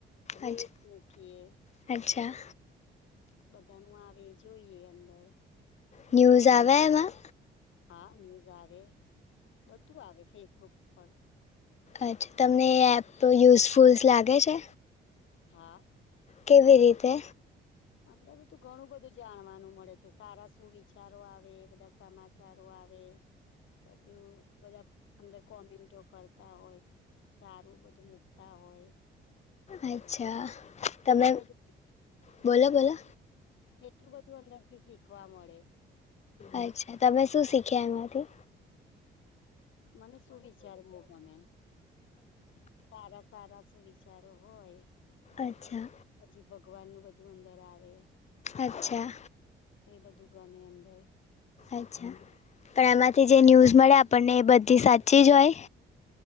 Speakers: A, on the left (about 75°); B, on the left (about 35°).
A: રીલ્સ
B: અચ્છા
A: મુકીએ.
B: અચ્છા
A: બધા નુ આવે જોઈએ અંદર.
B: ન્યૂઝ આવે એમાં
A: હા ન્યૂઝ આવે. બધું આવે ફેસબુક પર.
B: અચ્છા તમને એ એપ યુઝફુલ્સ લાગે છે.
A: હાં.
B: કેવી રીતે?
A: અંદર તો ઘણું બધું જાણવાનું મળે છે. સારા સુું વિચારો આવે એ, બધા સમાચારો આવે. બધું બધા અંદર કોમેન્ટો કરતા હોય. સારું બધું મુકતા હોય.
B: અચ્છા. તમે
A: કેટલું બધું
B: બોલો બોલો.
A: કેટલું બધું અંદરથી શીખવા મળે. હમ
B: અચ્છા તમે શું શીખ્યા એમાંથી?
A: મને શું વિચાર બો ગમે, સારા સારા શું વિ વિચારો હોય
B: અચ્છા
A: પછી ભગવાન નુ બધું અંદર આવે.
B: અચ્છા અચ્છા
A: એ બધું ગમે અંદર.
B: અચ્છા
A: હમ
B: પણ એમાંથી જે ન્યૂઝ મળે આપણને એ બધી સાચી જ હોય.